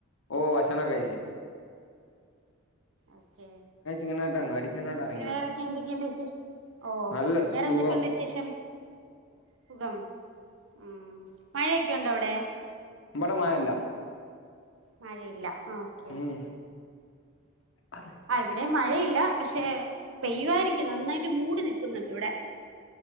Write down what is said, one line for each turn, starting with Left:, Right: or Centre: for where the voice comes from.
Left: ഓ ഭക്ഷണം കഴിച്ച്
Right: ഓക്കെ
Left: ഇങ്ങനാട്ട് അങ്ങാടിക്കങ്ങാട്ട് ഇറങ്ങിയാ
Right: പിന്ന വേറെക്കെ എന്തൊക്കെയുണ്ട് വിശേഷം ഓ
Left: നല്ല
Right: വേറെന്തൊക്കെയുണ്ട്
Left: സുഖം
Right: വിശേഷം സുഖം ഉം മഴയൊക്കെ ഉണ്ടോ അവിടെ
Left: ഇവിടെ മഴ ഇല്ല
Right: മഴയില്ല ഓക്കെ
Left: ഉം അതെ,
Right: ഇവിടെയും മഴ മഴയില്ല പക്ഷെ പെയ്യുവായിരിക്കും നന്നായിട്ട് മൂടി നിക്കുന്നുണ്ട് ഇവിടെ